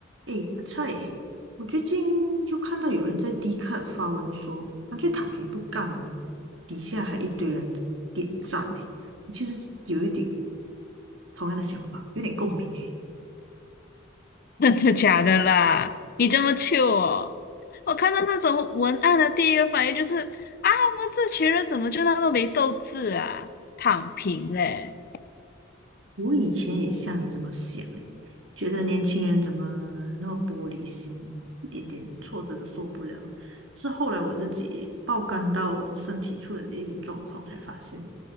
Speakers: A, on the right; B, on the left.
A: 诶，阿菜欸我最近就看到有人在 d 卡发文说，干脆躺平不干了，底下还一堆人点赞诶。我其实有一点同样的想法，有点共鸣诶。
B: <laughs> 真的假的啦？你这么 c 哦？我看到那种文案的第一个反应就是啊，我们这群人怎么就那么没斗志啊？躺平嘞！
A: 我以前也像你这么想诶，觉得年轻人怎么那么玻璃心，一点点挫折都受不了。是后来我自己爆肝到身体出了一点状况，才发现